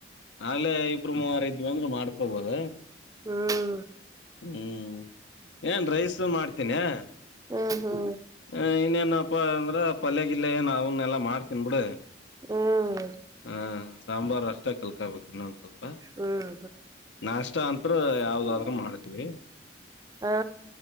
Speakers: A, on the left (about 75°); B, on the right (about 20°).
A: ಆಲೆ ಇಬ್ರು ಮೂವರೈದ್ವು ಅಂದ್ರೆ ಮಾಡ್ಕೊಬೋದು.
B: ಹ್ಮ್
A: ಹ್ಮ್ ಏನ್ ರೈಸು ಮಾಡ್ತೀನೇ
B: ಹ್ಮ್ ಹ್ಮ
A: ಹ ಇನ್ನೇನಪ್ಪಾ ಅಂದ್ರ ಪಲ್ಲೆಗಿಲ್ಲೇ ಏನೋ ಅವನ್ನೆಲ್ಲಾ ಮಾಡ್ತಿನ್ ಬಿಡಿ.
B: ಹ್ಮ್
A: ಹಾ ಸಾಂಬಾರು ಅಷ್ ಟೆ ಕಲ್ಕಬೇಕು ಇನ್ನೊಂದ್ ಸ್ವಲ್ಪ
B: ಹ್ಮ್
A: ನಾಷ್ಟ ಅನ್ ತ್ರು
B: ಹ್ಮ್
A: ಯಾವ್ದಾದ್ರೂ ಮಾಡ್ತೀವಿ
B: ಆ